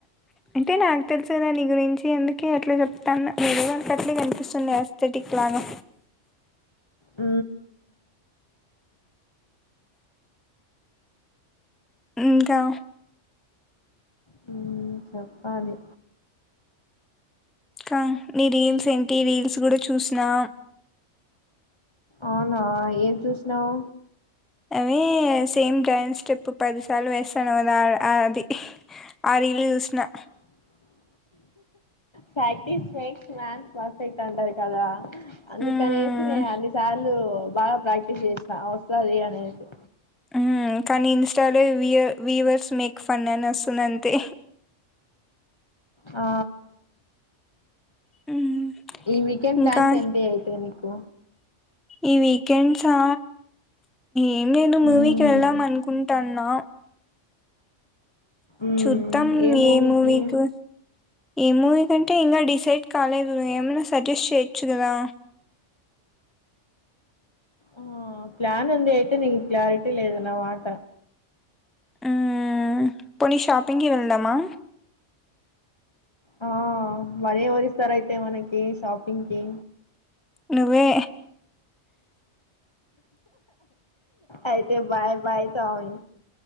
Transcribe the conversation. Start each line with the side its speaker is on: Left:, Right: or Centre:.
Centre: అంటే నాకు తెలుసుదా నీ గురించి అందుకే అట్లా చెప్తాన్న వేరేవాళ్లకి అట్లే కనిపిస్తుంది ఎస్తేటిక్ బాగా
Left: అ
Centre: ఇంకా
Left: హ్మ్ చెప్పాలి
Centre: కా నీ రీల్స్ ఏంటి రీల్స్ కూడా చూసినా
Left: అవునా ఏం చూసినావ్
Centre: అవి సేమ్ డ్యాన్స్ స్టెప్ పదిసార్లు వేస్తానవ్ అది అ రీల్ చూసినా
Left: హ్మ్మ్ ప్రాక్టీస్ మేక్స్ మ్యాన్ పర్ఫెక్ట్ అంటారు కదా అందుకనేసి
Centre: హ్మ్.
Left: నేను అన్ని సార్లు బాగా ప్రాక్టీస్ చేసినా వస్తది అనేసి
Centre: హ్మ్ కానీ ఇంస్టాలో వివర్ వివర్స్ మేక్ ఫన్ అని వస్తుంది అంతే
Left: ఆ
Centre: హ్మ్
Left: ఈ వీకెండ్
Centre: ఇంకా
Left: ప్లాన్స్ ఏంటి అయితే నీకు
Centre: ఈ వీకెండ్సా ఏం లేదు మూవీకి
Left: మ్మ్
Centre: వెళ్దాం అనుకుంటాన్నా
Left: మ్మ్
Centre: చూద్దాం
Left: ఏ
Centre: ఏమ్
Left: మూవీకి
Centre: మూవీకో ఎ మూవీ కంటే ఇంగా డిసైడ్ కాలేదు ఏమైనా సజెస్ట్ చేయొచ్చు కదా
Left: ఆ ప్లాన్ ఉంది అయితే నీకు క్లారిటీ లేదు నా మాట
Centre: అ పోనీ షాపింగ్కి వెళ్దమా
Left: ఆ మనీ ఎవరు ఇస్తారు అయితే మనకి షాపింగ్కి
Centre: నువ్వే
Left: అయితే బాయ్ బాయ్ సామీ